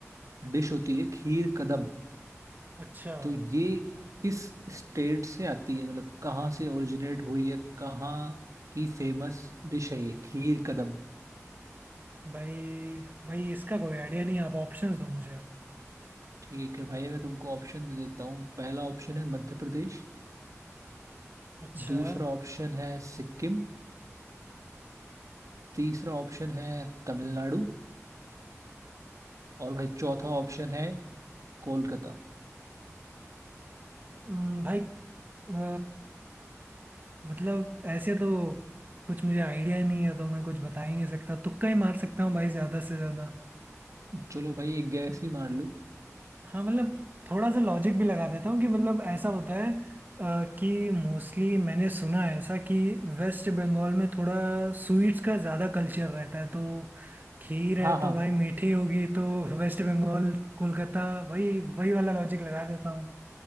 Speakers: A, on the right (about 80°); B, on the right (about 35°).
A: डिश होती है खीर कदम
B: अच्छा
A: तो ये किस स्टेट से आती है मतलब कहाँ से ओरिजिनेट हुई है कहाँ की फेमस डिश है ये खीर कदम
B: भाई भाई इसका कोई आइडिया नहीं आप ऑप्शंस दो मुझे
A: ठीक है भाई मैं तुमको ऑप्शन दे देता हूँ पहला ऑप्शन है मध्य प्रदेश
B: अच्छा
A: दूसरा ऑप्शन है सिक्किम तीसरा ऑप्शन है तमिलनाडु और भाई चौथा ऑप्शन है कोलकाता
B: हम्म, भाई अ, मतलब ऐसे तो कुछ मुझे आइडिया नहीं है तो मैं कुछ बता ही नहीं सकता तुक्का ही मार सकता हूँ भाई ज़्यादा से ज़्यादा
A: चलो भाई एक गैस ही मार लूँ
B: हाँ मतलब थोड़ा सा लॉजिक भी लगा देता हूँ कि मतलब ऐसा होता है अ, कि मोस्टली मैंने सुना है ऐसा कि वेस्ट बंगाल में थोड़ा स्वीट्स का ज़्यादा कल्चर रहता है तो खीर है
A: हाँ हाँ
B: तो भाई मीठी होगी तो वेस्ट बंगाल कोलकाता वही वही वाला लॉजिक लगा देता हूँ